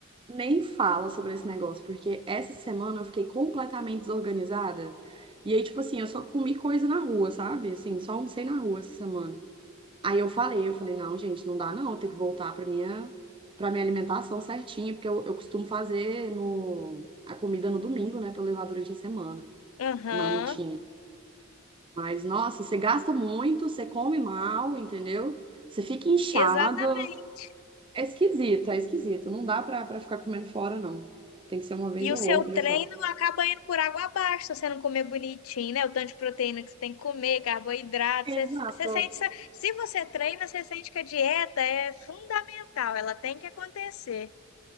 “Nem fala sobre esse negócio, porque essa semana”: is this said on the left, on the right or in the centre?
Right